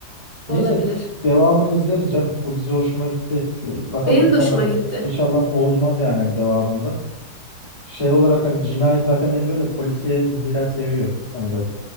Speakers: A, on the right; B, on the left.
A: Olabilir.
B: Neyse devamını izleriz canım. Bu dizi hoşuma gitti. Ee, bakalım
A: Benim
B: inşallah
A: de hoşuma gitti.
B: inşallah bozmaz yani hani devamında. Şey olarak hani cinayet zaten beni böyle polisiye diziler seviyor. Hani ben